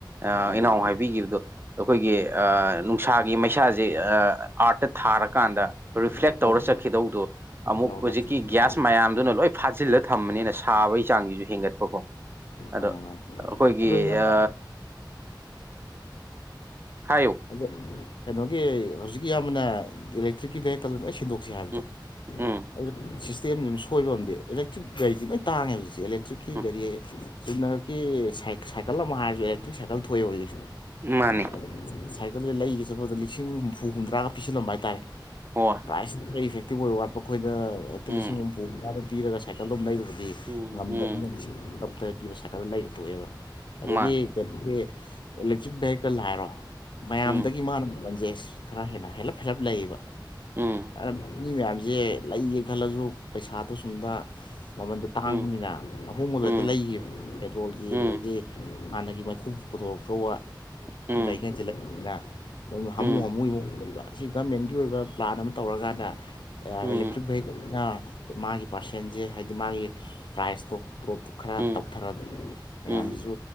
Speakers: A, on the right; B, on the left.
A: ꯑꯥ
B: ꯎꯝ
A: ꯏꯅꯥꯎ
B: ꯃꯥꯅꯦ
A: ꯍꯥꯏꯕꯤꯒꯤꯕꯗꯨ ꯑꯩꯈꯣꯏꯒꯤ ꯑ ꯅꯨꯡꯁꯥꯒꯤ ꯃꯩꯁꯥꯁꯦ ꯑꯥꯔꯠꯇ ꯊꯥꯔꯀꯥꯟꯗ ꯔꯤꯐ꯭ꯂꯦꯛ
B: ꯃꯥꯅꯦ ꯍꯣꯏ
A: ꯇꯧꯔ ꯆꯠꯈꯤꯗꯧꯗꯣ ꯑꯃꯨꯛ
B: ꯇꯧꯔꯣ ꯇꯧꯔꯣ
A: ꯍꯨꯖꯤꯛꯀꯤ ꯒ꯭ꯌꯥꯁ ꯃꯌꯥꯝꯗꯨꯅ ꯂꯣꯏ ꯐꯥꯖꯤꯜꯂ ꯊꯝꯕꯅꯤꯅ ꯁꯥꯕꯩ ꯆꯥꯡꯖꯤꯖꯨ ꯍꯦꯟꯒꯠꯄꯀꯣ ꯑꯗꯣ
B: ꯃꯥꯅꯦ ꯃꯥꯅꯦ
A: ꯑꯩꯈꯣꯏꯒꯤ
B: ꯑꯗꯣ ꯏꯌꯥꯝꯕ
A: ꯑ ꯍꯥꯏꯌꯣ
B: ꯑꯗ ꯀꯩꯅꯣꯒꯤ ꯍꯧꯖꯤꯛ ꯌꯥꯝꯕꯅ ꯏꯂꯦꯛꯇ꯭ꯔꯤꯛꯀꯤ ꯚꯦꯍꯤꯀꯜ ꯂꯣꯏ ꯁꯤꯟꯗꯣꯛ ꯍꯧꯖꯤꯛ ꯍꯥꯏꯕꯗꯣ
A: ꯎꯝ ꯎꯝ
B: ꯑꯗꯨ ꯁꯤꯁꯇꯦꯝꯗꯨ ꯁꯣꯏꯕ ꯑꯣꯏꯔꯝꯗꯦ ꯑꯦꯂꯦꯛꯇ꯭ꯔꯤꯛ ꯒꯥꯔꯤꯁꯤ ꯂꯣꯏ ꯇꯥꯡꯉꯦ ꯍꯧꯖꯤꯛꯁꯦ ꯑꯦꯂꯦꯛ ꯑꯦꯂꯦꯇ꯭ꯔꯤꯛꯀꯤ
A: ꯎꯝ
B: ꯒꯥꯔꯤ ꯆꯨꯝꯅꯈꯛꯀꯤ ꯁꯥꯏ-ꯁꯥꯏꯀꯜ ꯑꯃ ꯍꯥꯏꯔꯁꯨ ꯑꯦꯂꯦꯛꯇ꯭ꯔꯤꯛ ꯁꯥꯏꯀꯜ ꯊꯣꯛꯑꯦꯕ ꯍꯧꯖꯤꯛꯁꯦ꯫
A: ꯃꯥꯅꯤ꯫
B: ꯑꯗ ꯁꯥꯏꯀꯜꯁꯦ ꯂꯩꯒꯦ ꯆꯠꯄꯗ ꯂꯤꯁꯤꯡ ꯍꯨꯝꯐꯨ ꯍꯨꯝꯗ꯭ꯔꯥ ꯄꯤꯁꯤꯜꯂꯝꯕ ꯍꯥꯏꯇꯥꯔꯦ꯫
A: ꯍꯣꯏ
B: ꯈꯤꯇꯡ ꯏꯐꯦꯛꯇꯤꯕ ꯑꯣꯏꯕ ꯋꯥꯠꯄ ꯑꯩꯈꯣꯏꯗ ꯍꯦꯛꯇ
A: ꯎꯝ
B: ꯂꯤꯁꯤꯡ ꯍꯨꯝꯐꯨ ꯍꯨꯝꯗ꯭ ꯔꯥꯗꯣ ꯄꯤꯔꯒ ꯁꯥꯏꯀꯜ ꯗꯨꯝ ꯂꯩꯔꯨꯔꯕꯗꯤ
A: ꯎꯝ
B: ꯉꯝꯗꯕꯅꯦ
A: ꯎꯝ
B: ꯒꯞꯇ꯭ꯔ ꯄꯤꯕ ꯁꯥꯏꯀꯜ ꯂꯩꯔ ꯊꯣꯛꯑꯦꯕ ꯑꯗꯒꯤ
A: ꯃꯥꯅꯤ
B: ꯑꯗꯒꯤ ꯏꯂꯦꯛꯇ꯭ꯔꯤꯛ ꯚꯦꯍꯤꯀꯜ ꯍꯥꯏꯔꯣ꯫ ꯃꯌꯥꯝꯗꯒꯤ
A: ꯎꯝ
B: ꯃꯥꯅ ꯃꯃꯟꯁꯦ ꯈꯔ ꯍꯦꯟꯅ ꯍꯦꯜꯂꯞ ꯍꯦꯜꯂꯞ ꯂꯩꯌꯦꯕ
A: ꯎꯝ
B: ꯑꯔꯥꯞ ꯃꯤ ꯃꯌꯥꯝꯁꯦ ꯂꯩꯒꯦ ꯈꯜꯂꯁꯨ ꯄꯩꯁꯥꯗꯣ ꯁꯨꯝꯗ ꯃꯃꯟꯗꯣ ꯇꯥꯡꯕꯅꯤꯅ
A: ꯎꯝ
B: ꯑꯍꯣꯡꯕꯗꯣ
A: ꯎꯝ
B: ꯍꯦꯛꯇ ꯂꯩꯈꯤꯕ꯫ ꯄꯦꯇ꯭ꯔꯣꯜꯒꯤ
A: ꯎꯝ
B: ꯑꯗꯨꯗꯒꯤ ꯍꯥꯟꯅꯒꯤ ꯃꯩꯈꯨ ꯄꯨꯊꯣꯔꯛꯇ ꯋꯥ
A: ꯎꯝ
B: <unintelligible> ꯑꯗꯨ ꯍꯥꯃꯨ
A: ꯎꯝ
B: ꯍꯥꯃꯨ ꯑꯃꯨꯛꯕ ꯑꯁꯤ ꯒꯃꯦꯟꯒꯤ ꯑꯣꯏꯕ ꯄ꯭ꯂꯥꯟ ꯑꯃ ꯇꯧꯔꯀꯥꯟꯗ
A: ꯎꯝ
B: ꯏꯂꯦꯛꯇ꯭ꯔꯤꯛ ꯚꯦꯍꯤꯀꯜꯁꯤꯅ ꯃꯥꯒꯤ ꯄꯥꯔꯁꯦꯟꯁꯦ ꯍꯥꯏꯗꯤ ꯃꯥꯒꯤ ꯄ꯭ꯔꯥꯏꯖꯇꯣ ꯗꯣꯞ ꯈꯔ
A: ꯎꯝ
B: ꯇꯧꯊꯔ ꯃꯌꯥꯝꯁꯤꯁꯨ
A: ꯎꯝ